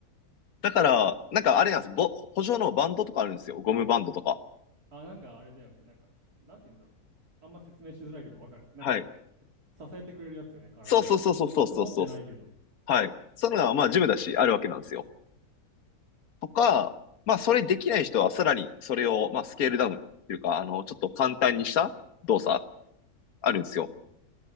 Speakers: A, on the left; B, on the right.
A: だから、なんかあれなんです。ぼ、補助のバンドとかあるんですよ。ゴムバンドとか。
B: あ、なんかあれだよね。なんか、なんて言うんだろう。あんま説明しづらいけどわかる。なんか、
A: はい。
B: 支えてくれるやつよね、体を。
A: そうそうそうそうそうそうそう。
B: 僕持ってないけど、
A: はい。そういうのが、まあ、ジムだし、あるわけなんですよ。とか、まあ、それできない人は、さらに、それを、まあ、スケールダウンっていうか、あの、ちょっと簡単にした動作、あるんですよ。